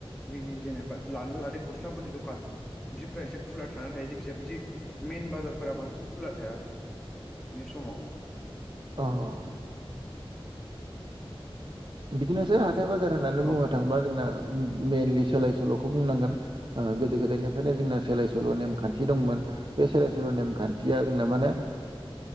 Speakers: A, in the centre; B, on the right (about 55°).
A: बे जेनेबा लानानै लादो गस्लाफोरनि दखान बिदिफोरा एसे खुला थानानै थायो जायखिजाया बिदि मेन बाजारफोरा बांसिन खुला थाया। बे समाव
B: अ बिदिनोसै हाथथाय बाजार होननानै बुंनो
A: औ
B: थांङोब्ला जोंना
A: औ
B: मइेनलि सोलाय सोल'खौ बुंनांगोन। गोदो
A: उम
B: गोदायनिफ्रायनो जोंना सोलाय सोल' नेमखान्थि दंमोन बे सोलाय सोल'
A: औ
B: नेमखान्थि थिया जोंना माने